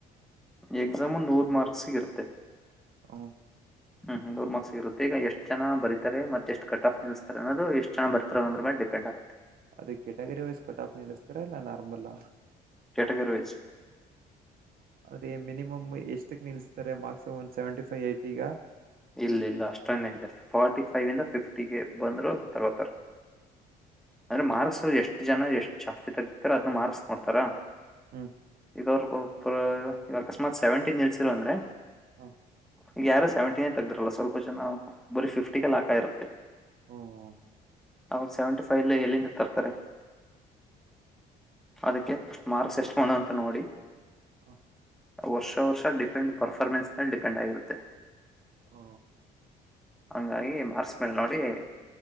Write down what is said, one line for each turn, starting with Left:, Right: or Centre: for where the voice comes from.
Centre: ಎಕ್ಸಾಮು ನೂರು ಮಾರ್ಕ್ಸ್ ಇರುತ್ತೆ
Right: ಹ್ಮ್
Centre: ಹ್ಮ್ ಹ್ಮ ದುಮಕ್ಷ <unintelligible> ಈಗ ಎಷ್ಟ ಜನ ಬತಾರೆತ್ತ ಎಷ್ಟ ಕಟ್ ಆಫ್ ನಿಲ್ಸ್ತಾರೆ ಅನ್ನದು ಎಷ್ಟ ಜನ ಬರ್ತಾರ ಅದ್ರ ಮೇಲೆ ಡಿಪೆಡ್ ಗುತ್ತೆ
Right: ಅದ ಕ್ಯಾಟಗರಿ ವೈಸ್ ಕಟ್ ಆಫ್ ನಿಲ್ಲಸ್ತರಾ ಇಲ್ಲ ನಾರ್ಮಲ್
Centre: ಕ್ಯಾಟಗರಿ ವೈಸ್
Right: ಅದೇ ಮಿನಿಮಮ್ ಎಷ್ಟು ಕ್ ನಿಲ್ಲಿಸತಾರೆ ಮಾರ್ಕ್ಸಸ್ ಒನ್ ಸೆವೆಂಟಿ ಫೈ್ ಐಟ್ ಈಗ
Centre: ಇಲ್ಲ ಇಲ್ಲ ಅಷ್ಟೊನ್ನೇ ಜಾಸ್ತಿ ಫಾರ್ಟಿ ಫೈವ್ ಇಂದ ಫಿಫ್ಟಿಗೆ ಬಂದರು ತಗೋತಾರೆ ಅಂದ್ರೆ ಮಾರ್ಕ್ಸ್ ಎಷ್ಟು ಜನ ಎಷ್ಟು ಜಾಸ್ತಿ ತಗತಿತಾರ ಅದು ಮಾರ್ಕ್ಸ್ ನೋಡ್ತಾರ
Right: ಹ್ಮ್
Centre: ಈಗ ಅವ್ರ ಈಗ ಅಕಸ್ಮಾತ್ ಸೆವೆಂಟೀನ್ ನಿಲ್ಸಿರ ಅಂದ್ರೆ
Right: ಹಾ
Centre: ಈಗ ಯಾರು ಸೆವೆಂಟಿನೇ ತೆಗ್ದಿರಲ್ಲ ಸ್ವಲ್ಪ ಜನ ಬರೀ ಫಿಫ್ಟಿಗೆ ಲ ಹಾಕ ಇರುತ್ತೆ
Right: ಹ್ಮ್
Centre: ಅವಾಗ ಸೆವೆಂಟಿ ಫೈವ್ ಲ ಎಲ್ಲಿಂದ ತರ್ತಾರೆ ಅದಕ್ಕೆಸ್ ಮಾರ್ಕ್ಸ್ ಎಷ್ಟು ಬಂದ ಅಂತ ನೋಡಿ
Right: ಹಾ
Centre: ವರ್ಷ ವರ್ಷ ಡಿಪೆಂಡ್ ಪರ್ಫಾರ್ಮೆನ್ಸ್ ಮೇಲ್ಲಿ ಡಿಪೆಂಡ್ ಆಗಿರುತ್ತೆ
Right: ಹ
Centre: ಹಂಗಾಗಿ ಮಾರ್ಸ್ ಮೇಲ್ ನೋಡಿ ಇ